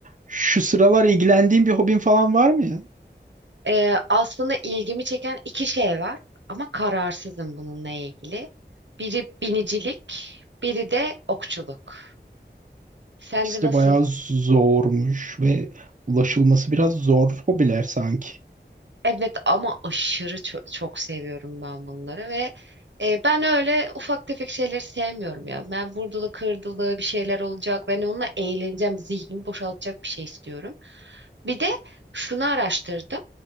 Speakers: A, on the right (about 45°); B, on the right (about 80°).
A: Şu sıralar ilgilendiğin bir hobin falan var mı ya?
B: Ee, aslında ilgimi çeken iki şey var ama kararsızım bununla ilgili. Biri binicilik, biri de okçuluk. Sence
A: İkisi
B: nasıl?
A: de bayağı zormuş ve ulaşılması biraz zor hobiler sanki.
B: Evet ama aşırı ço- çok seviyorum ben bunları ve e, ben öyle ufak tefek şeyleri sevmiyorum ya. Ben vurdulu kırdılı bir şeyler olacak. Ben onunla eğleneceğim, zihnimi boşaltacak bir şey istiyorum. Bir de şunu araştırdım.